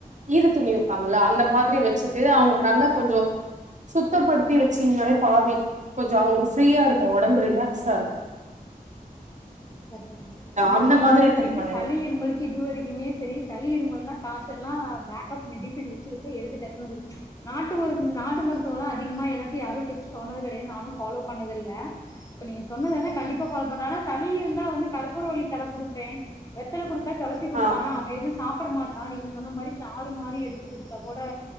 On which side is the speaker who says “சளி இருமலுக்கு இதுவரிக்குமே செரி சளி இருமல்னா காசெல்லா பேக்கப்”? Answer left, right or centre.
Left